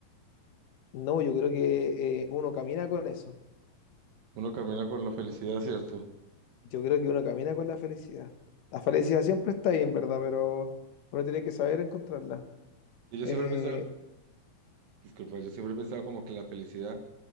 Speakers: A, on the left (about 70°); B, on the right (about 70°).
A: no, yo creo que eh, uno camina con eso,
B: Uno camina con la felicidad, ¿cierto?
A: yo creo que uno camina con la felicidad. La felicidad siempre está ahí, en verdad, pero uno tiene que saber encontrarla.
B: Y yo
A: Eh,
B: siempre he pensado, disculpa, yo siempre he pensado como que la felicidad